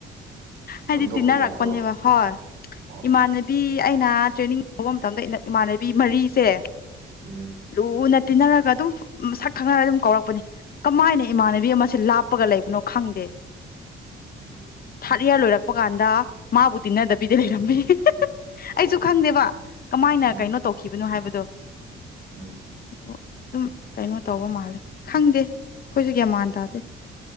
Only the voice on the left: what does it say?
ꯍꯥꯏꯗꯤ
ꯇꯤꯟꯅꯔꯛꯄꯅꯦꯕ
ꯍꯣꯏ
ꯏꯃꯥꯟꯅ ꯄꯤ ꯑꯩꯅ ꯇ꯭ꯔꯦꯅꯤꯡ ꯇꯧꯕ ꯃꯇꯝꯗ ꯏꯃꯥꯟꯅꯕꯤ ꯃꯔꯤꯁꯦ
ꯂꯨꯅ ꯇꯤꯟꯅꯔꯒ ꯑꯗꯨꯝ ꯃꯁꯛ ꯈꯪꯅꯔꯒ ꯑꯗꯨꯝ ꯀꯧꯔꯛꯄꯅꯦ ꯀꯃꯥꯏꯅ ꯏꯃꯥꯟꯅꯕꯤ ꯑꯃꯁꯦ ꯂꯥꯞꯄꯒ ꯂꯩꯕꯅꯣ ꯈꯪꯗꯦ
ꯕꯤ. ꯑꯦ ꯂꯣꯏꯔꯛꯄ ꯀꯥꯟꯗ ꯃꯥꯕꯨ ꯇꯤꯟꯅꯗꯕꯤꯗ ꯂꯩꯔꯝꯃꯦ
ꯑꯩꯁꯨ ꯈꯪꯗꯦꯕ ꯀꯃꯥꯏꯅ
ꯀꯩꯅꯣ ꯇꯧꯈꯤꯕꯅꯣ ꯍꯥꯏꯕꯗꯣ
ꯑꯗꯣ ꯗꯨꯝ ꯀꯩꯅꯣ ꯇꯧꯕ ꯃꯥꯜꯂꯦ ꯈꯪꯗꯦ ꯑꯈꯣꯏꯁꯨ ꯒ꯭ꯌꯥꯟ ꯃꯥꯟ ꯇꯥꯗꯦ